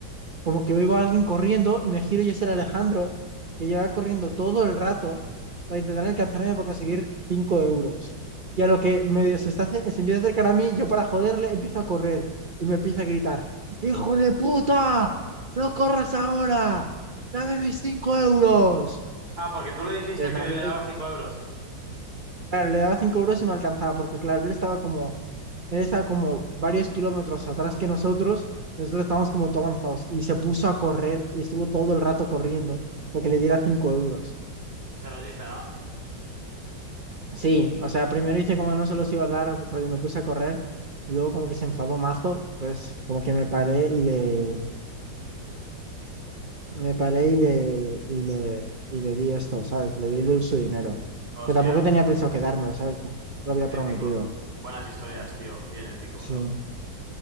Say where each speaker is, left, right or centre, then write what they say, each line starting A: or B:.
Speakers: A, on the right; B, on the right.
A: como que oigo a alguien corriendo y me giro y es el Alejandro que lleva corriendo todo el rato para intentar alcanzarme para conseguir 5 euros. Y a lo que medio se, está, ace- se empieza a acercar a mí, yo para joderle empiezo a correr y me empieza a gritar, ¡Hijo de puta! ¡No corras ahora! ¡Dame mis 5 euros!
B: Ah, porque tú le dijiste
A: Pues nada,
B: que
A: luego,
B: le dabas 5 euros
A: claro, le daba 5 euros y me alcanzaba porque claro, él estaba como él está como varios kilómetros atrás que nosotros. Nosotros estábamos como todo avanzados. Y se puso a correr y estuvo todo el rato corriendo para que le diera cinco euros.
B: y se los diste, ¿no?
A: Sí, o sea, primero hice como no se los iba a dar, rollo, me puse a correr. Luego como que se enfadó mazo. Entonces como que me paré y le... Me paré y le... Y le, y le di esto, ¿sabes? Le di su dinero.
B: Hostia,
A: Que tampoco tenía pensado quedármelo, ¿sabes? Como lo había
B: épico.
A: prometido.
B: Buenas historias, tío. Bien épico,
A: Sí,
B: bro.